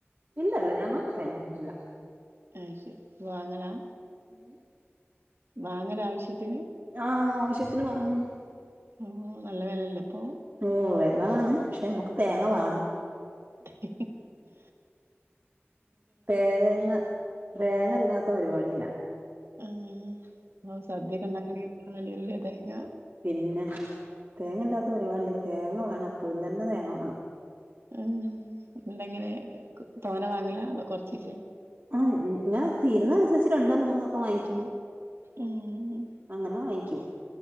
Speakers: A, on the right; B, on the right.
A: ഇല്ലല്ല ഞങ്ങക്ക് തേങ്ങോന്നും ഇല്ല
B: ആയ്യ് ശരി വാങ്ങലാ
A: ഉമ്
B: വാങ്ങല ആവിശ്യത്തിന്
A: ആഹ് ആവശ്യത്തിന് വാങ്ങും
B: ഓഹ് നല്ല വെലല്ലെ പ്പൊ
A: ഓഹ് വെലാണ് ക്ഷെ നമക്ക് തേങ്ങ വാണം
B: ഹി ഹി ഹ്
A: തേങ്ങ തേങ്ങല്ലാത്ത പാടില്ല
B: ആഹ് സദ്യകെ ഇണ്ടാക്കണ്ണെങ്കിൽ <unintelligible> വേണ്ടി വരുല്ലേ തേങ്ങ
A: പിന്നെ തേങ്ങല്ലാത്ത പരിപാടില്ല തേങ്ങ വേണം എപ്പോഴും തന്നെ തേങ്ങ വാണം
B: ഉമ് ണ്ടങ്കിൽ തോന വാങ്ങല അതോ കൊർച്ചിചെ
A: ആഹ് ങ്ങന തീര്ന്നന്സരിച്ച് രണ്ടോ മൂന്നൊക്കെ വാങ്ങിക്കും
B: ഉം
A: അങ്ങനെ വാങ്ങിക്കും